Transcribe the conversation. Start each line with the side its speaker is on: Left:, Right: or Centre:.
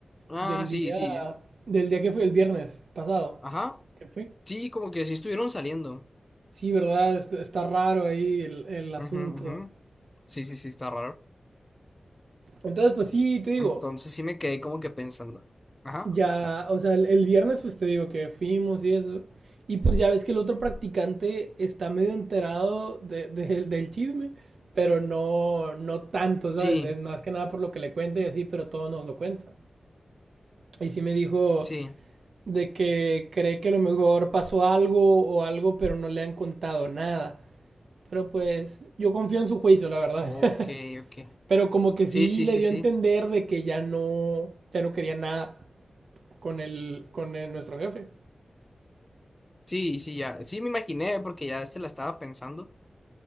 Left: Ah,
Right: del
Left: sí,
Right: día,
Left: sí.
Right: del día que fue el viernes pasado.
Left: Ajá.
Right: ¿Qué fue?
Left: Sí, como que sí estuvieron saliendo.
Right: Sí, ¿verdad? Est- Está raro ahí el, el asunto.
Left: Ujú, ujú. Sí, sí, sí, está raro.
Right: Entonces, pues sí, te digo,
Left: Entonces sí me quedé como que pensando. Ajá.
Right: ya, o sea, el, el viernes pues te digo que fuimos y eso. Y pues ya ves que el otro practicante está medio enterado de- de- del del chisme, pero no, no tanto, ¿sabes?
Left: Sí,
Right: Es más que nada por lo que le cuenta y así, pero todo nos lo cuenta. Y sí me dijo
Left: sí.
Right: de que cree que a lo mejor pasó algo o algo, pero no le han contado nada. Pero pues yo confío en su juicio, la verdad.
Left: Ok,
Right: <laughs>
Left: ok.
Right: Pero como que sí
Left: Sí, sí,
Right: le
Left: sí,
Right: dio
Left: sí.
Right: a entender de que ya no, ya no quería nada con el, con el- nuestro jefe.
Left: Sí, sí, ya. Sí, me imaginé porque ya se la estaba pensando.